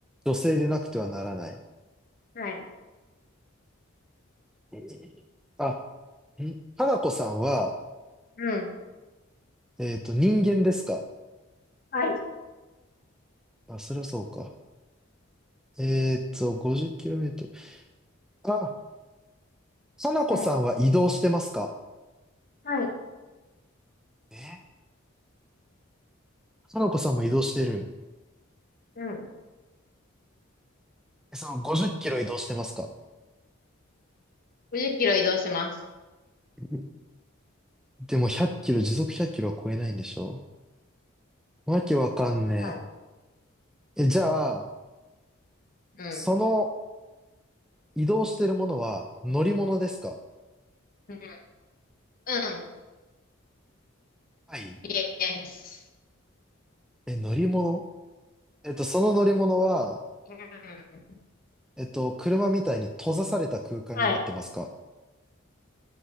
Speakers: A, in the centre; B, on the left (about 45°).
A: 女性でなくてはならない。
B: はい。はい
A: えーあ、ん花子さんは、
B: うん。
A: えっと、人間ですか
B: はい。
A: あ、それはそうか。えっと、50キロメートル。あ、花子さんは移動してますか
B: うん、はい。
A: え花子さんも移動してる。
B: う、ん。
A: えその50キロ移動してますか
B: 50キロ移動します。
A: <laughs> でも100キロ、時速100キロは超えないんでしょわけわかんね
B: はい。
A: え。え、じゃあ、
B: うん
A: その移動してるものは乗り物ですか
B: うん。うん。うん。
A: はい。
B: イエス。
A: え、乗り物えっと、その乗り物は、
B: うん。
A: えっと、車みたいに閉ざされた空間になってますか
B: はい。